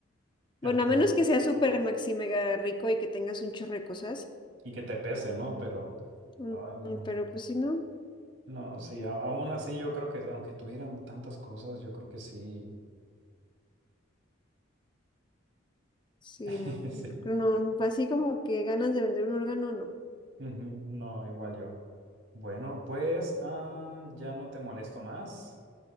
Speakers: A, on the right; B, on the left.
A: Ajá.
B: Bueno, a menos que sea súper maxi mega rico y que tengas un chorro de cosas.
A: Y que te pese, ¿no? Pero,
B: Mm,
A: ay, no.
B: mm, Pero pues si no,
A: No, sí, a- aún así yo creo que, aunque tuvieran tantas cosas, yo creo que sí.
B: sí,
A: <laughs>
B: no. creo No, así como que ganas de vender un órgano, no.
A: Sí. Ujú, No, igual yo. Bueno, pues ah, ya no te molesto más